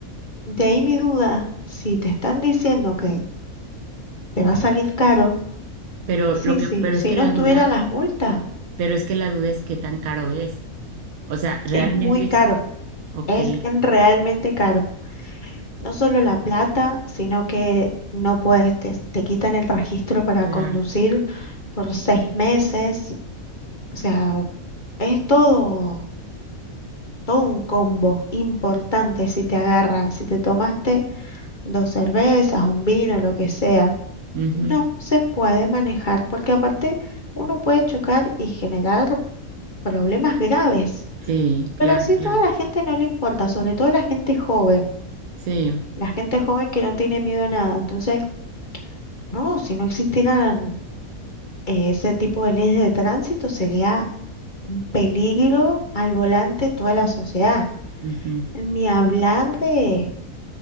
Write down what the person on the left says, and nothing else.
de ahí mi duda, si te están diciendo que te va a salir caro,
sí,
sí,
si
no
estuvieran
las multas,
es muy caro,
es realmente caro. No solo la plata, sino que no puedes, te, te quitan el registro para
conducir por seis meses. O sea, es todo, todo un combo importante si te agarran, si te tomaste dos cervezas, un vino, lo que sea.
No se puede manejar porque aparte uno puede chocar y generar problemas graves.
Pero así
toda la gente no le importa, sobre todo la gente joven,
la gente joven que no tiene miedo a nada. Entonces, No, si no existieran eh, ese tipo de leyes de tránsito, sería un peligro al volante toda la sociedad.
Ni hablar de,